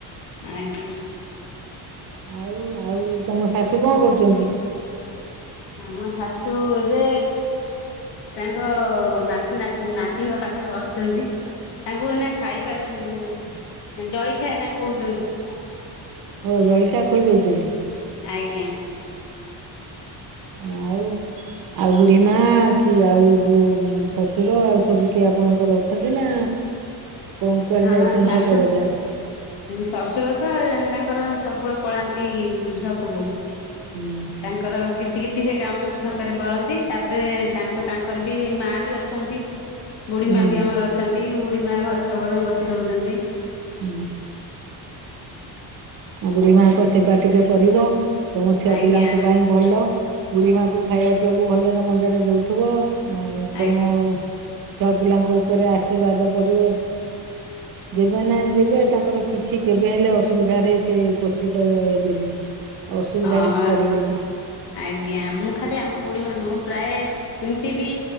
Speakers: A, on the left (about 75°); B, on the right (about 55°).
A: ଆଜ୍ଞା
B: ଆଉ ଆଉ ତମ ଶାଶୁ କଣ କରୁଚନ୍ତି?
A: ଆମ ଶାଶୁ ଏବେ ତାଙ୍କ ନାତି ନାତି ନାତିଙ୍କ ପାଖରେ ବସିଚନ୍ତି ତାଙ୍କୁ ଏନା ଖାଇବା ଜଳଖିଆ ଏନା କହୁଚନ୍ତି।
B: ହଉ ଜଳଖିଆ ଖୋଇ ଦଉଚନ୍ତି।
A: ଆଜ୍ଞା।
B: ଆଉ ଆଉ ବୁଢୀ ମା କି ଆଉ ଶ୍ୱଶୁର ଆଉ ସବୁ କିଏ ଆପଣଙ୍କର ଅଛନ୍ତି ନା? କଣ କୁଆଡେ
A: ହଁ
B: ଯାଇଛନ୍ତି
A: ଶାଶୁ
B: ଛକ ବଜାର
A: ଶଶୁର ତ ୟେ ତାଙ୍କର ସବୁବେଳେ ପଳାନ୍ତି ଛକକୁ।
B: ହୁଁ
A: ତାଙ୍କର କିଛି କିଛି ସେ କାମ ଛକରେ କରନ୍ତି, ତାପରେ ତାଙ୍କ ତାଙ୍କର ବି ମା ବି ଅଛନ୍ତି। ବୁଢୀମା
B: ହୁଁ
A: ବି ଆମର ଅଛନ୍ତି। ଢ଼ ପ ମା ଘରେ ସବୁବେଳେ ବସି ରହୁଚନ୍ତି।
B: ହୁଁ। ଆଉ ବୁଢୀ ମାଙ୍କ ସେବା ଟିକେ କରିବ। ତମ ଛୁଆ
A: ଆଜ୍ଞା
B: ପିଲାଙ୍କ ପାଇଁ ଭଲ। ବୁଢ଼ୀମାକୁ ଖାଇବା ପିଇବାକୁ ଭଲରେ ମନ୍ଦରେ ଦେଉଥିବ। ଆଉ ତମର
A: ଆଜ୍ଞା।
B: ଛୁଆ ପିଲାଙ୍କ ଉପରେ ଆଶୀର୍ବାଦ ପଡିବ। ଯେବେ ନାହିଁ ଯେବେ ତାଙ୍କର କିଛି କେବେ ହେଲେ ଅସୁବିଧାରେ ସେ ଉପସ୍ଥିତ ହେବେନି ଅସୁବିଧାରେ
A: ହଁ
B: ପଡ଼ିବେନି
A: ଆଜ୍ଞା ମୁଁ ଖାଲି ଆମ ବୁଢୀ ମାନୁ ପ୍ରାୟ ଏମତି ବି